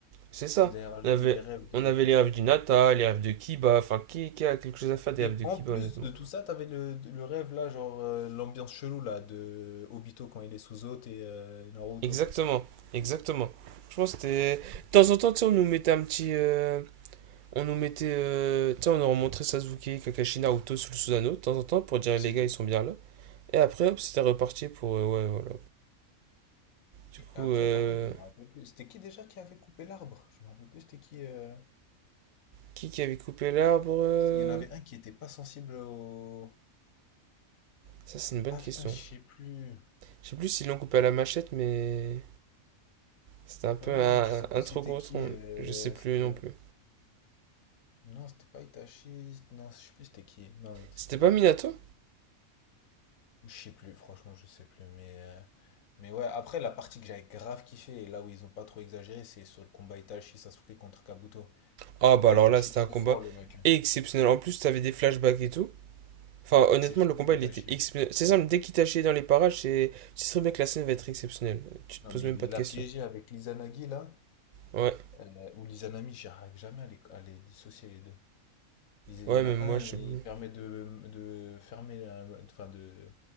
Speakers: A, on the right; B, on the left.
A: C'est ça.
B: Ils nous avaient rajouté
A: On avait,
B: les rêves de
A: on avait les rêves du Nata, les rêves de Kiba, enfin, qui, qui a quelque chose à faire des
B: Et
A: rêves de Kiba,
B: en plus
A: honnêtement.
B: de tout ça, t'avais le, le rêve là, genre euh, l'ambiance chelou là de Obito quand il est sous eau et euh, Naruto.
A: Exactement, exactement. Je pense que c'était. De temps en temps, tu sais, on nous mettait un petit. euh, On nous mettait. euh, tu on leur montrait Sasuke, Kakashi, Naruto sous le Susanoo de temps en temps pour dire
B: C'est
A: les gars,
B: tout.
A: ils sont bien là. Et après, hop, c'était reparti pour. euh, ouais, voilà. Du
B: Et
A: coup,
B: après,
A: euh,
B: par contre, je me rappelle plus. C'était qui déjà qui avait coupé l'arbre? Je me rappelle plus, c'était qui. euh,
A: qui qui avait coupé l'arbre euh,
B: Il y en avait un qui était pas sensible au.
A: Ça, c'est une bonne
B: Ah
A: question.
B: putain, je sais plus.
A: Je sais plus s'ils l'ont coupé à la machette, mais. C'était un peu
B: Non, non,
A: un,
B: je sais
A: un
B: plus
A: trop
B: c'était
A: gros
B: qui.
A: tronc.
B: euh,
A: Je sais plus
B: C'était.
A: non plus.
B: Non, c'était pas Itachi. Non, je sais plus c'était qui. Non, c'était
A: C'était
B: pas.
A: pas Minato
B: Je sais plus, franchement, je sais plus. Mais, euh, mais ouais, après, la partie que j'avais grave kiffé, et là où ils ont pas trop exagéré, c'est sur le combat Itachi Sasuke contre Kabuto.
A: Ah, bah
B: Ah,
A: alors
B: Itachi,
A: là, c'était
B: trop
A: un combat
B: fort, le mec. hein.
A: exceptionnel. En plus, t'avais des flashbacks et tout. Enfin, honnêtement,
B: Exceptionnel,
A: le combat,
B: Itachi.
A: il était exceptionnel. C'est simple, dès qu'il t'a chié dans les parages, c'est... tu sais très bien que la scène va être exceptionnelle. Tu te
B: Non,
A: poses
B: mais
A: même
B: il
A: pas de
B: l'a
A: questions.
B: piégé avec l'Izanagi, là.
A: Ouais,
B: euh, ou l'Izanami, j'arrive jamais à les, à les dissocier, les deux. Il
A: ouais,
B: y en
A: même
B: a
A: moi,
B: un,
A: je sais
B: il
A: plus.
B: permet de, de fermer, un- enfin, de,